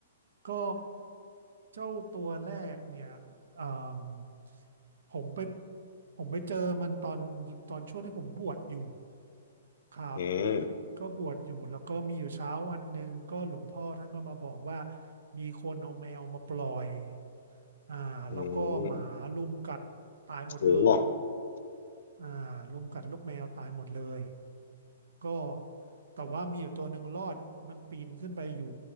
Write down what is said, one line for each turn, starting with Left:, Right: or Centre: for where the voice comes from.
Right: ก็เจ้าตัวแรกเนี่ยอ่ามผมไปผมไปเจอมันตอนตอนช่วงที่ผมบวชอยู่ ครับ
Left: อืม
Right: ก็บวชอยู่แล้วก็มีอยู่เช้าวันหนึ่งก็หลวงพ่อท่านก็มาบอกว่ามีคนเอาแมวมาปล่อยอ่าแล้วก็หมารุมกัดตายหมดเลย
Left: อืมโอ้
Right: อ่ารุมกัดลูกแมวตายหมดเลยก็แต่ว่ามีอยู่ตัวหนึ่งรอดมันปีนขึ้นไปอยู่